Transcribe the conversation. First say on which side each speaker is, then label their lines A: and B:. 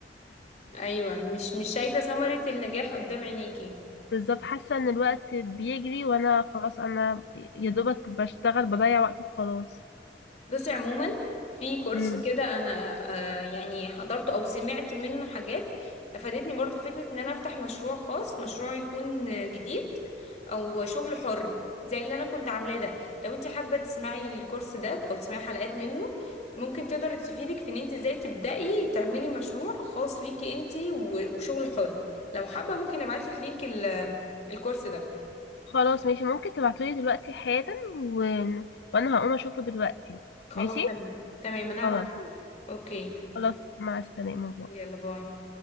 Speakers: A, on the left; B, on the left.
A: ايوه مش مش شايفه ثمره النجاح قدام عينيكي
B: بالظبط حاسه ان الوقت بيجري وانا خلاص انا يا دوبك بشتغل بضيع وقت وخلاص
A: بصي عموما في كورس
B: امم
A: كده انا آه يعني حضرته او سمعت منه حاجات افادتني برضو فكرة ان انا افتح مشروع خاص مشروع يكون آه، جديد او شغل حر زي اللي انا كنت عاملاه ده لو انت حابة تسمعي الكورس ده او تسمعي حلقات منه ممكن تقدر تفيدك في ان انت ازاي تبدأي تعملي مشروع خاص ليكي انت و- وشغل حر لو حابة ممكن ابعتلك لينك ال- الكورس ده
B: خلاص ماشي ممكن تبعتولي دلوقتي حالا و... وانا هقوم اشوفه دلوقتي
A: خلاص
B: ماشي
A: تمام تمام انا
B: خلاص
A: هبعتهولك اوكي
B: خلاص مع السلامه باي.
A: يلا باي